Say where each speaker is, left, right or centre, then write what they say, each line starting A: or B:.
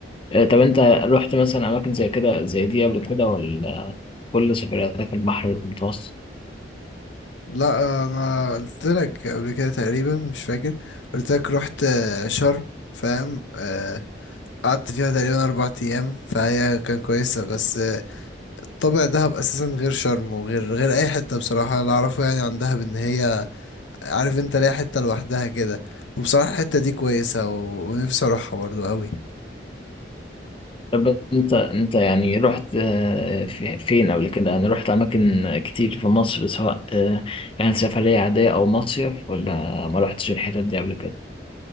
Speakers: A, on the left; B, on the left.
A: آه، طب انت رحت مثلا اماكن زي كده زي دي قبل كده ولا كل سفرياتك البحر المتوسط
B: لا انا قلت لك قبل كده تقريبا مش فاكر قلت لك رحت آه، شرم فاهم آه، قعدت فيها تقريبا اربع ايام فهي كان كويسه بس آه، طابع دهب اساسا غير شرم وغير غير اي حته بصراحه اللي اعرفه يعني عن دهب ان هي عارف انت ليها حته لوحدها كده وبصراحه الحته دي كويسه و... ونفسي اروحها برضو قوي
A: طب انت انت يعني رحت آه، في- فين قبل كده يعني رحت اماكن كتير في مصر سواء آه، كانت سفرية عادية او مصيف ولا ما رحتش الحتت دي قبل كده